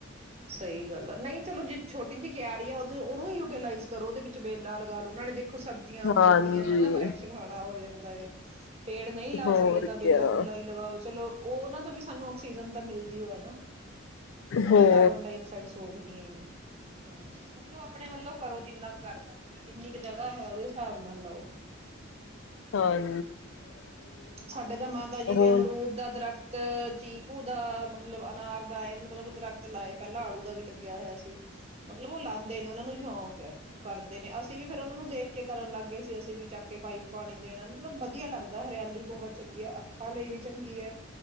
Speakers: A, on the right; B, on the left.
A: ਸਹੀ ਗੱਲ ਆ ਨਹੀਂ ਚਲੋ ਜੇ ਛੋਟੀ ਜਿਹੀ ਕਿਆਰੀ ਆ ਉਹ ਉਹਨੂੰ ਯੂਟੀਲਾਈਜ਼ ਕਰੋ ਉਹਦੇ ਵਿੱਚ ਵੇਲਾ ਲਗਾ ਲਓ ਉਹਨਾਂ ਨੇ ਦੇ ਖੋ ਸਬਜ਼ੀਆਂ ਹੋ
B: ਹਾਂਜੀ
A: ਜਾਂਦੀਆਂ ਨਾ ਫਰੈਸ਼ ਖਾਣਾ ਹੋ ਜਾਂਦਾ ਦਾ ਹੈ ਪੇੜ ਨਹੀਂ ਲਾ
B: ਹੋਰ
A: ਸਕਦੇ ਤਾਂਾਂ ਵੇਲਾ
B: ਕਿਆ
A: ਬੁੱਲਾ ਹੀ ਲਗਾਓ ਚਲੋ ਉਹਨਾਂ ਤੋਂ ਵੀ ਸਾਨੂੰ ਆਕਸੀਜਨ ਤਾਂ ਮਿਲਦੀ ਹੋ ਹੈ ਨਾ ਉਹ
B: ਹਾਂ
A: ਵੀ ਕਾਰਬਨ ਡਾਇਆਕਸਾਈਡ ਸੋਖਦੀਆਂ ਹੀ ਨੇ ਹਾਂ ਮਤਲਬ ਆਪਣੇ ਵੱਲੋਂ ਕਰੋ ਜਿੰਨਾ ਕੁ ਕਰ ਸਕਦੇ ਹੋ ਜਿੰਨੀ ਕੁ ਜਗ੍ਹਾ ਹੈ ਉਹਦੇ ਹਿਸਾਬ ਨਾਲ ਲਓ
B: ਹਰ
A: ਸਾਡੇ ਤਾਂ ਮਾਤਾ ਜੀ ਦੇ
B: ਹੁਣ
A: ਅਮਰੂਦ ਦਾ ਦਰਖਤ ਤੇ ਚੀਕੂ ਦਾ ਮਤਲਬ ਅਨਾਰ ਦਾਏ ਮਤਲਬ ਦਰਖਤ ਲਾਏ ਪਹਿਲਾਂ ਆੜੂ ਦਾ ਵੀ ਲੱਗਿਆ ਹੋਇਆ ਸੀ। ਮਤਲਬ ਉਹ ਲਾਂਦੇ ਨੇ ਉਹਨਾ ਨੂੰ ਸ਼ੌਕ ਏ। ਕਰਦੇ ਨੇ ਅਸੀਂ ਵੀ ਫੇਰ ਉਹਨਾ ਨੂੰ ਦੇਖ ਕੇ ਕਰਨ ਲੱਗ ਗਏ ਸੀ ਅਸੀਂ ਵੀ ਚੱਕ ਕੇ ਪਾਈਪ ਪਾਣੀ ਦੇਣਾ ਮਤਲਬ ਵਧੀਆ ਲੱਗਦਾ ਦਾ ਹਰਿਆਲੀ ਬੋਹਤ ਚੰਗੀ ਏ ਅੱਖਾਂ ਲਈ ਵੀ ਚੰਗੀ ਏ।